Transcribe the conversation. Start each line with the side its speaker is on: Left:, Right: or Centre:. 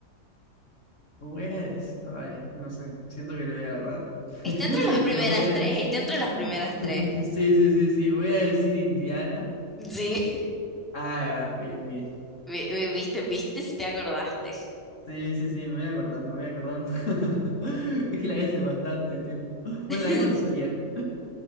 Left: Voy a des- Ay, no sé, siento que lo voy a agarrar. <laughs>
Centre: Está entre las primeras
Left: Pero voy a des-
Centre: tres, está entre las primeras
Left: <laughs>
Centre: tres.
Left: Sí, sí, sí, sí, voy a decir Indiana.
Centre: Sí, <laughs>
Left: Ah, ya, bien, bien.
Centre: Vi- vi- viste, viste si te acordaste.
Left: Sí, sí, sí, me voy acordando, me voy acordando. <laughs> Es que la vi hace bastante tiempo.
Centre: <laughs>
Left: Bueno, la vi cuando salieron.